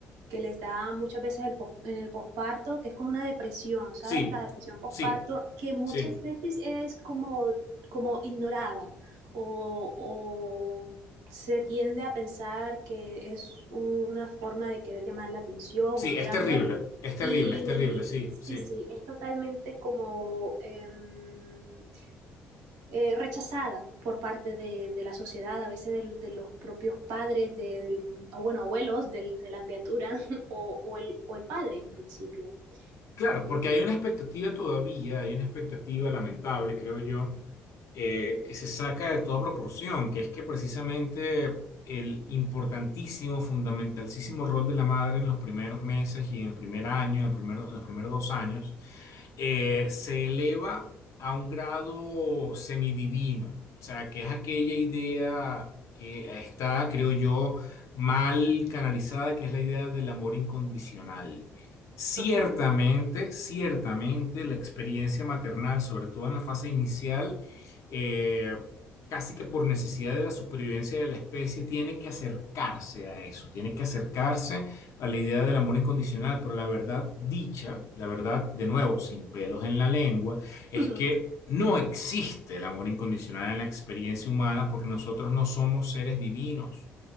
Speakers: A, on the right; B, on the left.
A: que les da muchas veces el pos- en el posparto, que es como una depresión, ¿sabes?
B: sí,
A: La depresión posparto,
B: sí,
A: que muchas
B: sí,
A: veces es como, como ignorada o, o se tiende a pensar que es un- una forma de querer llamar la atención,
B: sí,
A: un
B: es
A: drama.
B: terrible, es terrible,
A: Y
B: es terrible, sí,
A: sí,
B: sí.
A: sí, es totalmente como... em, eh, rechazada por parte de, de, la sociedad, a veces de, de los propios padres, de, del, o bueno, abuelos del, de la criatura <laughs> o, o, el, o, el, padre en principio.
B: Claro,
A: Eh,
B: porque hay una expectativa todavía, hay una expectativa lamentable, creo yo eh, que se saca de toda proporción, que es que precisamente el importantísimo, fundamentalísimo rol de la madre en los primeros meses y en el primer año, en el primero- en los primeros dos años, eh, se eleva a un grado semidivino, o sea, que es aquella idea que está, creo yo, mal canalizada, que es la idea del amor incondicional. Ciertamente,
A: totalmente.
B: ciertamente la experiencia maternal, sobre todo en la fase inicial, eh, casi que por necesidad de la supervivencia de la especie, tiene que acercarse a eso, tiene que acercarse a la idea del amor incondicional, pero la verdad dicha, la verdad de nuevo, sin pelos en la lengua, es
A: <laughs>
B: que no existe el amor incondicional en la experiencia humana porque nosotros no somos seres divinos.